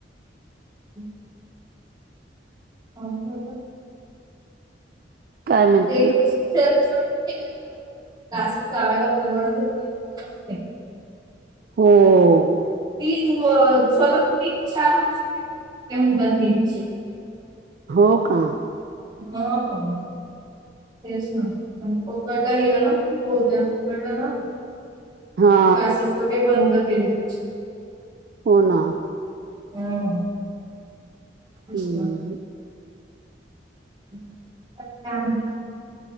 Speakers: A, on the right (about 25°); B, on the right (about 55°).
A: हम हो का,
B: काय म्हणते
A: ते
B: मग
A: क्रि क्लासेस लावायला बडत नाही नाही.
B: हो हम
A: तीन चलू तीन चार वर्ष फो त्याणतात नीटचे
B: हो का,
A: हो तेच ना प पकडला गेला ना बोद्या पकडला ना,
B: हा
A: क्लासेस वगैरे बंद केले त्याचे
B: हो ना,
A: हम्
B: हम्म
A: त अ